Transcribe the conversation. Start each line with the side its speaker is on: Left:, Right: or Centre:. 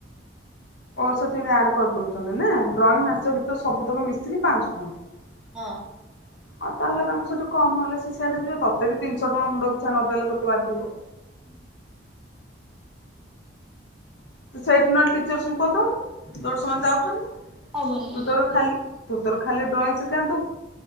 Left: ଓ ସେଠି ଆଡେ କରିଦଉଛନ୍ତି ନା? ଡ୍ରଇଂ ନାଚିବା ଭିତରେ ସବୁ ତକ ମିଶିକି ପାଞ୍ଚଣ ଆଉ
Centre: ହଁ।
Left: ତାହେଲେ ତାଙ୍କୁ ସେଠୁ କମ ହେଲେ ସ ସେଆଡେ ଯିବେ ତତେ ବି ତିନିଶହ ଟଙ୍କା ମୁଣ୍ଡ ପିଛା ନଦେଲେ ତତେ ବାଧିବ।
Centre: ହୁଁ।
Left: ତ ସେଇଠି ନହେଲେ ଟିଚର ସିପ କରି ଦୋଉନୁ? ସେମାନେ ଯାଉଛନ୍ତି
Centre: ହବନି
Left: ତୁ ତୋର ଖାଲି ତୁ ତୋର ଖାଲି ଡ୍ରଇଂ ଶିଖାନ୍ତୁ।